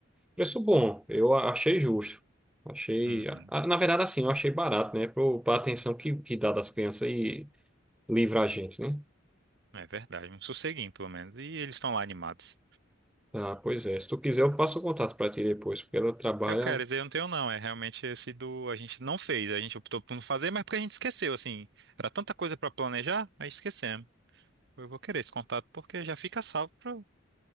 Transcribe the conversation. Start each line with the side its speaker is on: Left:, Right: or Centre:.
Centre: Preço bom, eu a- achei justo. Achei,
Right: Uhum.
Centre: a- a- na verdade, assim, eu achei barato, né? Para a atenção que, que dá das crianças e livra a gente, né?
Right: É verdade, um sosseguinho pelo menos. E eles estão lá animados.
Centre: Ah, pois é. Se tu quiser, eu passo o contato para ti depois, porque ela trabalha.
Right: Eu quero dizer, eu não tenho não, é realmente esse do a gente não fez, a gente optou por não fazer, mas porque a gente esqueceu, assim, era tanta coisa pra planejar, aí esquecemos. Eu vou querer esse contato porque já fica salvo para